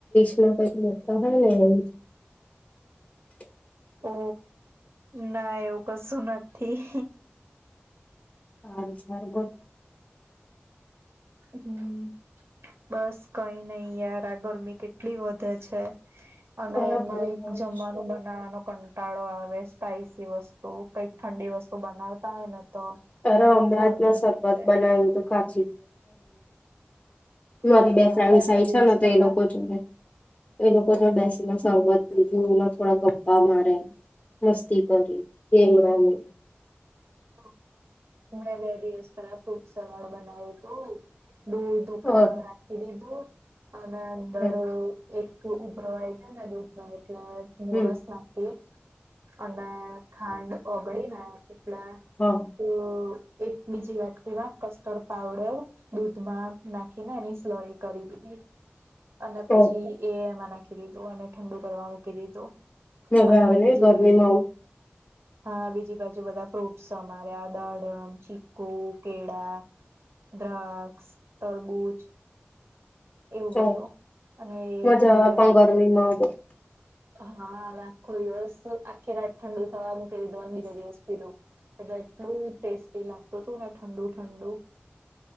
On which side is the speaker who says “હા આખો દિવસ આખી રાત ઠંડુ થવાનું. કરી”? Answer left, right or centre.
Right